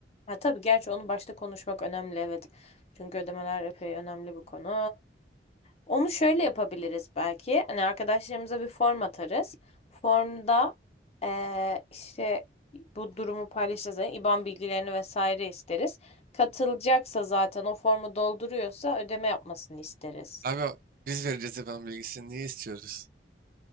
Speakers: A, on the left; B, on the right.
A: ha, tabii gerçi onu başta konuşmak önemli evet. Çünkü ödemeler epey önemli bir konu. Onu şöyle yapabiliriz belki. Hani arkadaşlarımıza bir form atarız. Formda eee, işte bu durumu paylaşacağız. Yani IBAN bilgilerini vesaire isteriz. Katılacaksa zaten o formu dolduruyorsa ödeme yapmasını isteriz.
B: Abi o- biz vereceğiz ben bilgisini niye istiyoruz?